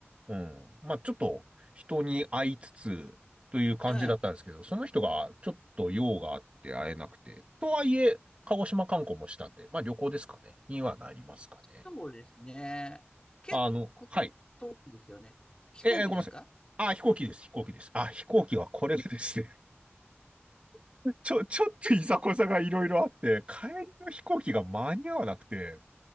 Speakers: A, on the right (about 30°); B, on the left (about 20°).
A: うん。まあちょっと人に会いつつという感じだったんですけど、
B: ええ
A: その人がちょっと用があって会えなくて、とはいえ、鹿児島観光もしたんで、まあ旅行ですかね。にはなりますかね。
B: そうですね。結構遠いですよね。
A: あの、はい。
B: 飛行機ですか
A: え、え、ごめんなさい。あ、飛行機です、飛行機です。あ、飛行機はこれでですね、<laughs> ちょ、ちょっといざこざがいろいろあって、帰りの飛行機が間に合わなくて、